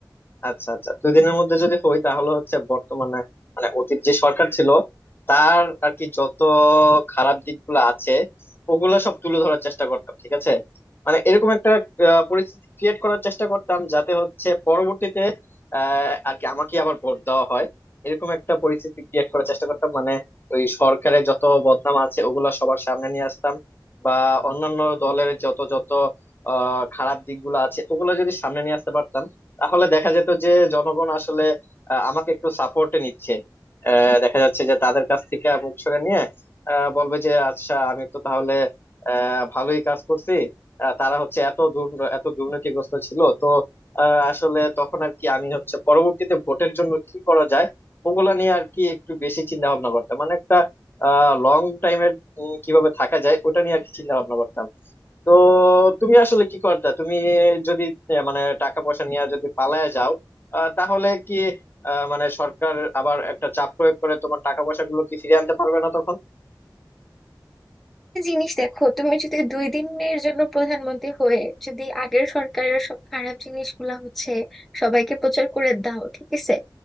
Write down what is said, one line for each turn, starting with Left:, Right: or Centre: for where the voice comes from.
Left: আচ্ছা আচ্ছা দুই দিনের মধ্যে যদি হই তাহলে হচ্ছে বর্তমানে মানে অতীত যে সরকার ছিল তার আর কি যত খারাপ দিকগুলো আছে ওগুলো সব তুলে ধরার চেষ্টা করতাম ঠিক আছে মানে এরকম একটা আহ, পরিস্থিতি ক্রিয়েট করার চেষ্টা করতাম যাতে হচ্ছে পরবর্তীতে আহ আর কি আমাকে আবার ভোট দেওয়া হয় এরকম একটা পরিস্থিতি ক্রিয়েট করার চেষ্টা করতাম মানে ওই সরকারের যত বদনাম আছে ওগুলা সবার সামনে নিয়ে আসতাম বা অন্যান্য দলের যত যত আহ খারাপ দিকগুলো আছে ওগুলো যদি সামনে নিয়ে আসতে পারতাম তাহলে দেখা যেত যে জনগণ আসলে আহ, আমাকে একটু সাপোর্টে নিচ্ছে আহ, দেখা যাচ্ছে যে তাদের কাছ থেকে মুখ সরে নিয়ে আহ, বলবে যে আচ্ছা আমি তো তাহলে আহ, ভালোই কাজ করছি আহ, তারা হচ্ছে এত দুর এত দুর্নীতিগ্রস্ত ছিল তো আহ, আসলে তখন আর কি আমি হচ্ছে পরবর্তীতে ভোটের জন্য কি করা যায় ওগুলা নিয়ে আর কি একটু বেশি চিন্তা ভাবনা করতাম মানে একটা লং টাইমের কিভাবে থাকা যায় ওটা নিয়ে আর কি চিন্তা ভাবনা করতাম তো তুমি আসলে কি করতে তুমি যদি আহ, মানে টাকা পয়সা নিয়ে যদি পালায় যাও আহ, তাহলে কি আহ, মানে সরকার আবার একটা চাপ প্রয়োগ করে তোমার টাকা পয়সা গুলো কি ফিরিয়ে আনতে পারবে না তখন
Centre: একটা জিনিস দেখো তুমি যদি দুই দিনের জন্য প্রধানমন্ত্রী হয়ে যদি আগের সরকারের সব খারাপ জিনিসগুলা হচ্ছে সবাইকে প্রচার করে দাও ঠিক আছে